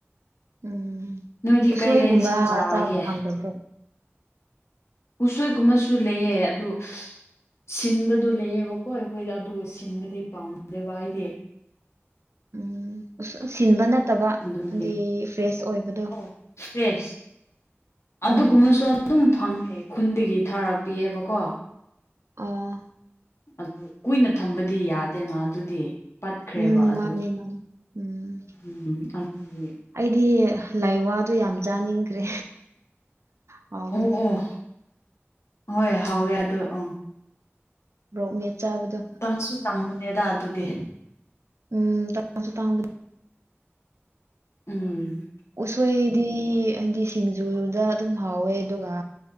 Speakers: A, on the right; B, on the left.
A: ꯎꯝ
B: ꯅꯣꯏꯗꯤ
A: ꯎꯁꯣꯏꯒꯨꯝꯕ
B: ꯀꯩꯀꯩ ꯏꯟꯁꯥꯡ ꯆꯥꯒꯦ
A: ꯆꯥꯕ ꯍꯥꯡꯗꯕ꯭ꯔꯣ
B: ꯎꯁꯣꯏꯒꯨꯝꯕꯁꯨ ꯂꯩꯑ ꯑꯗꯨ ꯁꯤꯟꯕꯗꯨ ꯂꯩꯌꯦꯕꯀꯣ ꯑꯩꯈꯣꯏꯗꯤ ꯑꯗꯨ ꯁꯤꯟꯕꯗꯤ ꯄꯥꯝꯅꯗꯦꯕ ꯑꯩꯗꯤ
A: ꯎꯝ ꯁꯤꯟꯕ ꯅꯠꯇꯕ
B: ꯑꯗꯨꯒꯤ
A: ꯍꯥꯏꯗꯤ ꯐ꯭ꯔꯦꯁ ꯑꯣꯏꯕꯗꯣ
B: ꯑꯣ ꯐ꯭ꯔꯦꯁ ꯑꯗꯨꯒꯨꯝꯕꯁꯨ
A: ꯎꯝ
B: ꯑꯗꯨꯝ ꯐꯪꯉꯦ ꯈꯨꯟꯗꯒꯤ ꯊꯥꯔꯛꯄꯤꯑꯕꯀꯣ
A: ꯑꯥ
B: ꯑꯗꯨ ꯀꯨꯏꯅ ꯊꯝꯕꯗꯤ ꯌꯥꯗꯦꯅ ꯑꯗꯨꯗꯤ ꯄꯠꯈ꯭ꯔꯦꯕ
A: ꯎꯝ
B: ꯑꯗꯨ
A: ꯃꯥꯅꯦ ꯃꯥꯅꯦ ꯎꯝ
B: ꯎꯝ ꯑꯗꯨꯒꯤ
A: ꯑꯩꯗꯤ ꯂꯥꯏ ꯋꯥꯗꯨ ꯌꯥꯝ ꯆꯥꯅꯤꯡꯈ꯭ꯔꯦ ꯍꯥꯎꯕꯅꯤ
B: ꯑꯣ ꯑꯣ ꯍꯣꯏ ꯍꯥꯎꯋꯦ ꯑꯗꯣ ꯑꯣ
A: ꯕꯣꯛꯅꯦꯠ ꯆꯥꯕꯗꯣ
B: ꯇꯪꯁꯨ ꯇꯥꯡꯕꯅꯦꯗ ꯑꯗꯨꯗꯤ
A: ꯎꯝ ꯇꯥꯡꯁꯨ ꯇꯥꯡꯕꯗ
B: ꯎꯝ
A: ꯎꯁꯣꯏꯗꯤ ꯍꯥꯏꯗꯤ ꯁꯤꯡꯖꯨꯗ ꯑꯗꯨꯝ ꯍꯥꯎꯋꯦ ꯑꯗꯨꯒꯥ